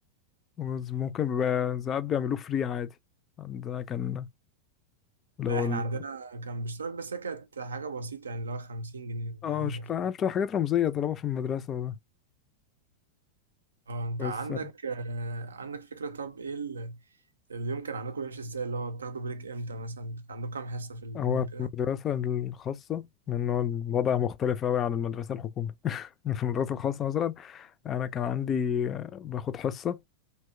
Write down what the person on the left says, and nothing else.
وز- ممكن بيبقى ساعات بيعملوه فري عادي عندنا كان لو
ال...
اه
مش عارف بتبقى حاجات رمزية طالما في المدرسة ده.
بس
هو في
المدرسة الخاصة لأن هو الوضع مختلف أوي عن المدرسة الحكومية <laughs> في المدرسة الخاصة مثلا أنا كان عندي آه، باخد حصة